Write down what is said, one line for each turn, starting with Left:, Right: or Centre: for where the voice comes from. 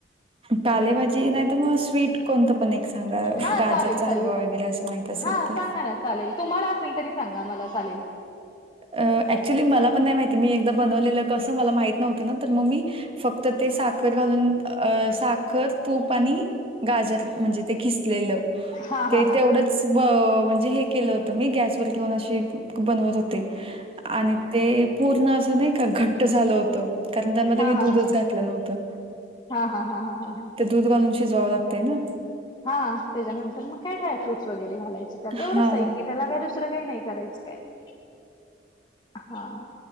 Right: पालेभाजी नाही तर मग स्वीट कोणतं पण एक सांगा
Left: हा
Right: गाजरचा
Left: चालेल चालेल
Right: हलवा वगैरे असं माहित असेल
Left: हा
Right: तर
Left: सांगा ना चालेल तुम्हाला असेल तरी सांगा मला चालेल.
Right: अऍक्च्युली मला पण नाही माहिती मी एकदा बनवलेलं कसं मला माहित नव्हतं ना तर मग मी. फक्त ते साखर घालून अ साखर तूप आणि गाजर म्हणजे ते खिसलेलं.
Left: हा-हा-हा.
Right: ते तेवढंच म्हणजे हे केलं होत मी गॅसवर ठेवून अशी बनवत होते. आणि ते पूर्ण असं नाही का घट्ट झालं होतं. कारण त्यामध्ये
Left: हा
Right: मी दूधच
Left: हा
Right: घातलं नव्हतं.
Left: हा हा हा हा हा हा.
Right: ते दूध घालून शिजवावं लागतें ना.
Left: हा त्याच्यानंतर मग का ड्रायफूट वगैर घालायचे. त्यात तर तेवढंच
Right: हा
Left: आहे की त्याला काही दुसरं काही नाही करायचं. के <unintelligible> हा.